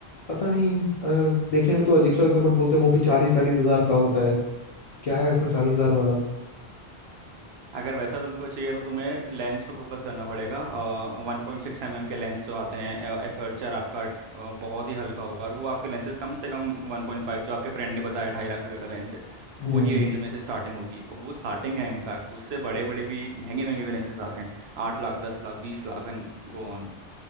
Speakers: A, on the left; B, on the right.
A: पता नहीं अ, देखने में तो अजीब सा लगता है बट बोलते हैं वो भी चालीस चालीस हजार का होता है क्या है उसमें चालीस हजार वाला
B: अगर वैसा तुमको चाहिए तो तुम्हें लेंस पे फोकस करना पड़ेगा वन पॉइंट सिक्स एम एम के लेंस जो आते हैं एपर्चर आपका अ, बहुत ही हल्का होगा और वो आपके लेंसेज कम से कम वन पॉइंट फाइव जो आपके फ्रेंड ने बताया ढाई लाख रुपए का लेंस है
A: हम्म
B: वही रेंज में से स्टार्टिंग होगी और वो स्टार्टिंग है इनफैक्ट उससे बड़े बड़े भी महंगे महंगे भी लेंसेज आते हैं आठ lakh दस lakh बीस lakh and go on